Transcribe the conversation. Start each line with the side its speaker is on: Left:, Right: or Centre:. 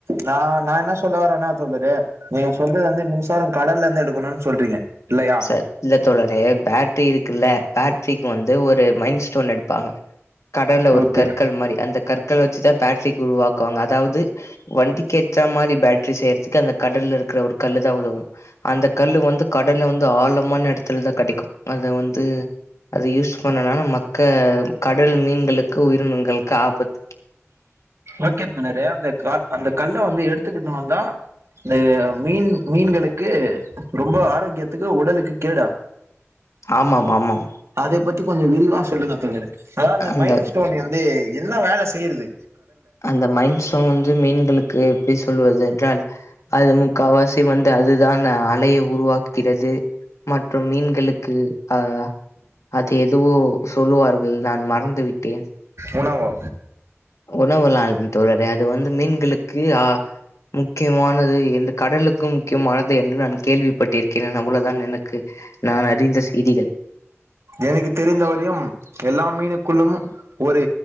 Right: நா நா என்ன சொல்ல வரேன்னா தோலரே நீங்க சொல்றது வந்து மின்சாரோ கடல்ல இருந்து எடுக்கணும்னு சொல்றீங்க இல்லையா
Left: சரி இல்ல தோழரே பேட்ரி இருக் குல்ல பேட்ரிக்கு வந்து ஒரு மைண்ட்ஸ்டோன் எடுப்பாங்க கடல்ல ஒரு
Right: ஓகே
Left: கற்கள் மாரி அந்த கற் கள வச்சுதா பேட்ரிக் உருவாக்குவாங்க அதாவது வண்டிக்கேத்தா மாரி பேட்ரி செய்ரதுக்கு அந்த கடல்ல இருக்கிற ஒரு கல்லு தா உதவு அந்த கல்லு வந்து கடல்ல வந்து ஆழமான எடத்துல தா கெடைக்கு அத த வந்து அத யூஸ் பண்ணனால மக்க கடல் மீன்களுக்கு உயிரினங்களுக்கு ஆபத்து
Right: ஓகே தோழரே அந்த கா அந்த கல்ல வந்து எடுத்துக்கிட்டு வந்தா இந்த மீன் மீன்களுக்கு ரொம்ப ஆரோக்கியத்துக்கு உடலுக்கு கேடா
Left: ஆமாம் ஆமாம்
Right: அதைப் பத்தி கொஞ்சம் விரிவா சொல்லுங்க தோழரே. அதாவது
Left: அந்த
Right: மைல் ஸ்டோன் வந்து என்ன வேல செய்யறது
Left: அந்த மைல் ஸ்டோன் வந்து மீன்களுக்கு எப்டி சொல்வது என்றால் அது முக்காவாசி வந்து அதுதான் அலைய உருவாக்குகிறது மற்றும் மீன்களுக்கு ஆ அது எதுவோ சொல்லுவார்கள்தான் மறந்து விட்டேன்.
Right: உணவா?
Left: உணவல்லா அல்ல தோழரா அது வந்து மீன்களுக்கு ஆ முக்கியமானது இந்த கடலுக்கும் முக்கியமான து என்று நான் கேள்விப்பட்டிருக்கிறேன் அவ்வளவுதான் எனக் கு நான் அறிந்த செய்திகள்.
Right: எனக்கு தெரிந்த வரையும் எல்லா மீனுக்குள்ளும் ஒரு